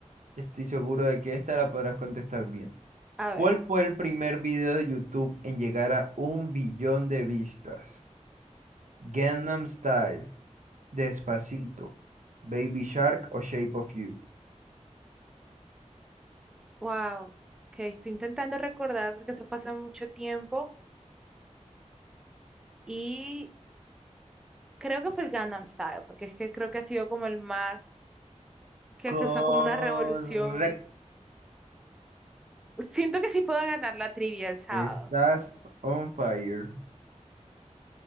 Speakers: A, on the right; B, in the centre.
A: Estoy seguro de que esta la podrás contestar bien.
B: A
A: ¿Cuál
B: ver,
A: fue el primer video de YouTube en llegar a un billón de vistas? Gangnam Style, Despacito, Baby Shark o Shape of You.
B: wow, que estoy intentando recordar porque eso pasa mucho tiempo y creo que fue el Gangnam Style, porque es que creo que ha sido como el más que
A: Correcto.
B: causó como una revolución. Siento que sí puedo ganar la trivia el sábado.
A: Estás on fire.